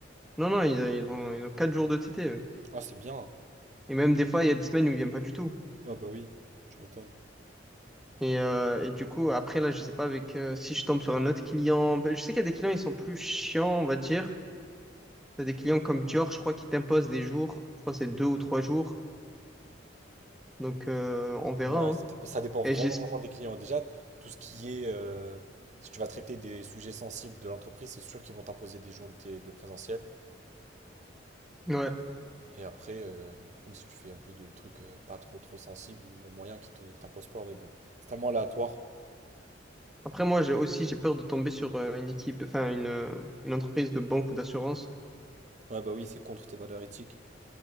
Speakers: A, in the centre; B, on the right.
A: Non, non, ils, ils ont, ils ont quatre jours de TT. eux.
B: Ah, c'est bien.
A: Et même des fois, il y a des semaines où ils viennent pas du tout.
B: Ouais, bah oui, tu m'étonnes.
A: Et, euh, et du coup, après, là, je sais pas avec euh, si je tombe sur un autre client. Ben, je sais qu'il y a des clients, ils sont plus chiants, on va dire. Il y a des clients comme Dior, je crois, qui t'imposent des jours. Je crois que c'est deux ou trois jours. Donc, euh, on verra.
B: Ouais,
A: hein.
B: ça dépend ça dépend vraiment,
A: Et j'espère.
B: vraiment des clients. Déjà, tout ce qui est... euh, si tu vas traiter des sujets sensibles de l'entreprise, c'est sûr qu'ils vont t'imposer des jours de, té- de présentiel.
A: Ouais.
B: Et après, euh, par contre, si tu fais un peu de trucs euh, pas trop trop sensibles, il y a moyen qu'ils te, qu'ils t'imposent pas, mais bon, c'est tellement aléatoire.
A: Après, moi, j'ai aussi, j'ai peur de tomber sur euh, une équipe, enfin, une, euh, une entreprise de banque ou d'assurance
B: Ouais, bah oui, c'est contre tes valeurs éthiques.